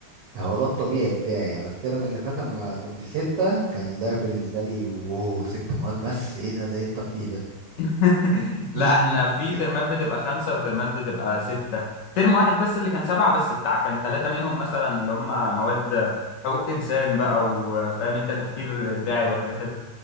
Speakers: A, on the right (about 70°); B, on the left (about 75°).
A: هو ده الطبيعي بتاعي انا الترم اللي فات اما كنت ستة كان ده بالنسبة لي اوه ست مواد بس ايه ده ده ايه الترفيه ده
B: <laughs> لا
A: <laughs>
B: احنا في ترمات بتبقى خمسه وترمات بتبقى سته ترم واحد بس اللي كان سبعه بس بتاع كان ثلاثه منهم مثلا اللي هم مواد حقوق انسان بقى وفاهم انت تفكير ابداعي والحاجات